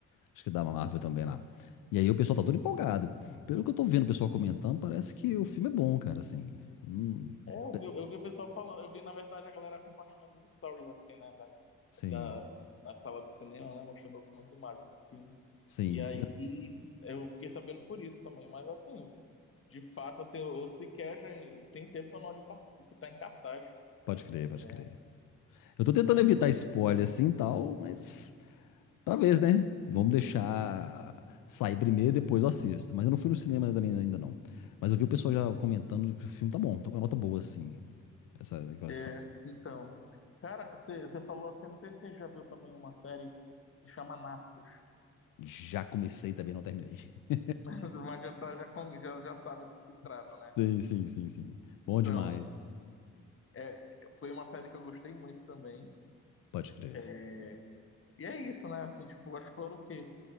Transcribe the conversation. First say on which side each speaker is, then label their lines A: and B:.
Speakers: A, on the left; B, on the left.
A: Acho que é da Marvel também lá. E aí o pessoal tá todo empolgado. Pelo que eu tô vendo o pessoal comentando, parece que o filme é bom, cara, assim. Hum,
B: É, eu
A: pe-
B: vi, eu vi o pessoal falando, eu vi, na verdade, a galera compartilhando os stories, assim, né, da,
A: sim,
B: da, na sala do cinema, né, mostrando algumas imagens do filme.
A: sim.
B: E aí
A: eu-
B: eu fiquei sabendo por isso também, mas assim, de fato, assim, eu, eu sequer já tem tempo que eu não olho o car- o que tá em cartaz.
A: Pode crer, pode
B: É,
A: crer. Eu tô tentando
B: Mas,
A: evitar spoiler assim e tal, mas talvez, né? Vamos deixar sair primeiro, depois eu assisto. Mas eu não fui no cinema também ainda não. Mas eu vi o pessoal já comentando que o filme tá bom, tô com a nota boa, assim. Essa questão.
B: é, então, cara, você falou assim, não sei se você já viu também uma série que chama Narcos,
A: Já comecei também, não terminei. <laughs>
B: <laughs> mas já, tá, já, con- já, já sabe do que se trata,
A: Sim,
B: né?
A: sim, sim, sim.
B: Então,
A: Bom demais.
B: é, foi uma série que eu gostei muito também.
A: Pode crer.
B: É, E é isso, né? Assim, tipo, acho que foram o quê?